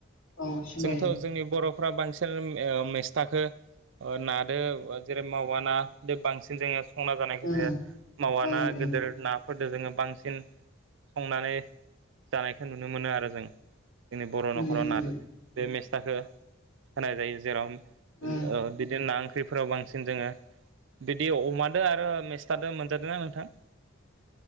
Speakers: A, on the left; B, on the right.
A: औ सिनायो।
B: थ' जोंनि बर'फ्रा बांसिन ओ मेस्थाखो ओ नादो जेरै मावा ना बे बांसिन जोङो संना जानायखौ
A: उम
B: नुयो मावा
A: ओं
B: ना
A: नुयो
B: गोदोर ना फोरदो जोङो बांसिन संनानै जानायखौ नुनो मोनो आरो जों। जोंनि बर' न'खराव
A: नुयो
B: ना बे मेस्थाखौ होनाय जायो जेराव
A: उम
B: ओ बिदिनो नां फुख्रिफोराव बांसिन जोङो बिदि अमादो आरो मेस्थादो मोनजादोना नोंथां? <inaudible>